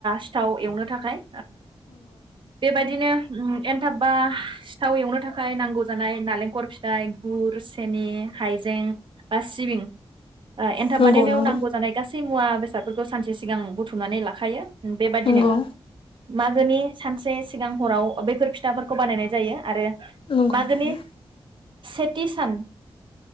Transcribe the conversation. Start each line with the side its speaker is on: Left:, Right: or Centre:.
Right: सिथाव एवनो थाखाय आ बे बायदि बिदिनो एनथाब बा सिथाव एवनो थाखाय नांगौ जानाय नालेंखलर फिथाइ गुर सेनि हाइजें बा सिबिं एनथाब
Left: नंगौ
Right: बानायनायाव
Left: नंगौ
Right: नांगौ जानाय गासैबो सै मुवा बेसादफोरखौ सानसे सिगां बुथुमनानै लाखायो। बेबादिनो
Left: नंगौ
Right: मागोनि सानसे सिगां हराव बैफोर फिथाफोरखौ बानायनाय जायो आरो
Left: नंगौ
Right: मागोनि
Left: नोंथां
Right: सेथि सान